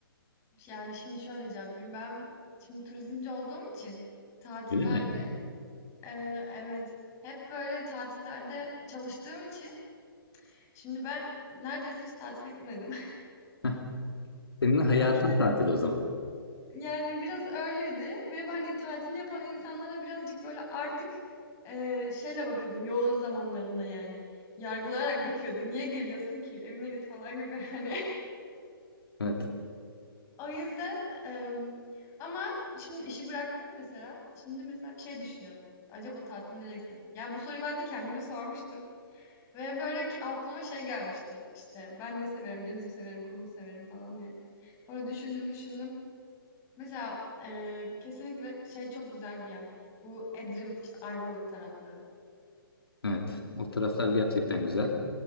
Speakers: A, on the left (about 25°); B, on the left (about 80°).
A: yani şimdi şöyle cevap vereyim. Ben şimdi turizmci olduğum için tatillerde
B: Öyle mi?
A: e, evet hep böyle tatillerde çalıştığım için Şimdi ben neredeyse hiç tatile gitmedim.
B: Heh, Senin hayatın
A: <laughs>
B: tatil o
A: Kendim-
B: zaman.
A: Yani biraz öyleydi ve hani tatil yapan insanlara birazcık böyle artık eee, şeyle bakıyordum yoğun zamanlarımda yani. Yargılayarak bakıyordum. Niye geliyorsun ki? Evine git falan gibi <laughs> hani.
B: Evet,
A: O yüzden em, ama şimdi işi bıraktım mesela. Şimdi mesela şey düşünüyorum. Acaba tatile nereye gitsem diye. Yani bu soruyu ben de kendime sormuştum. Ve böyle ki aklıma şey gelmişti işte ben ne severim deniz mi severim kum mu severim falan diye. Sonra düşündüm düşündüm. Mesela eee, kesinlikle şey çok güzel bir yer. Bu Edremit işte Ayvalık tarafları.
B: evet. O taraflar gerçekten güzel.